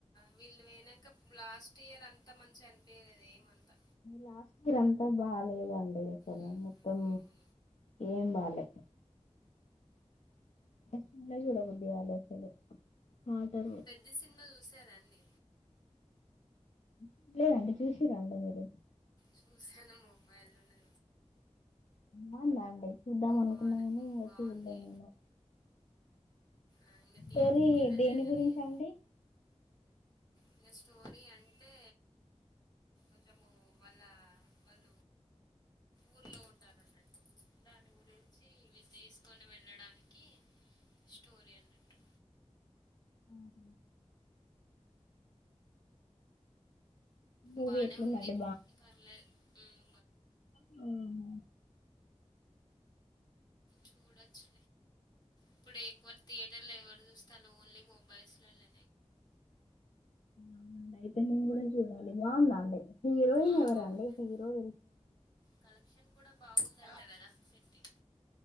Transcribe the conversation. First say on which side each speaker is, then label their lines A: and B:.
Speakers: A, on the left; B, on the left.
A: వీళ్ళు పోయినాక లాస్ట్ ఇయర్ అంతా మంచిగా అనిపయలేద ఏమంతా
B: లాస్ట్ ఇయర్ అంతా బాలేదండి అక్కలు
A: ఉమ్,
B: మొత్తం
A: అవును.
B: ఏం బాలేదు చూ చూడ బుద్ది కాలే అసలు ఆ అతను
A: పెద్ది సినిమా చూశారా అండి
B: చూడలేదండి చూసి రండి మీరు
A: చూసను మొబైల్ లోనే
B: బాగుందండి చూద్దాం అనుకున్నం
A: బానే
B: గాని ఇంకా
A: బాగుంది
B: చూలేదు ఇంకా
A: ఆ ఇంగ థియేటర్కి
B: పెరి
A: వెళ్ళలేదు
B: దేని గురించండి
A: ఇక స్టోరీ అంటే ఇకా వాళ్ళ వాళ్ళ ఊర్లో ఉంటారన్నట్టు దాని. ఇవి తీసుకొని వెళ్ళడానికి స్టోరీ అన్నట్టు
B: ఆహ మూవీ
A: బానే
B: ఎట్లుందండి
A: ఉంది పర్లేదు హుమ్
B: హుమ్
A: చూడచ్చులే ఇప్పుడు ఎక్కువ థియేటర్లు ఎవరు చూస్తారు ఓన్లీ మొబైల్స్ లోనే
B: అవునండి అయితే నేను కూడా చూడాలి బాగుంద అండి హీరోయిన్
A: ఆ
B: ఎవరండి
A: బాగుందండి
B: హీరో <unintelligible>
A: కలెక్షన్ కూడా బాగుందంట కదా పెద్ది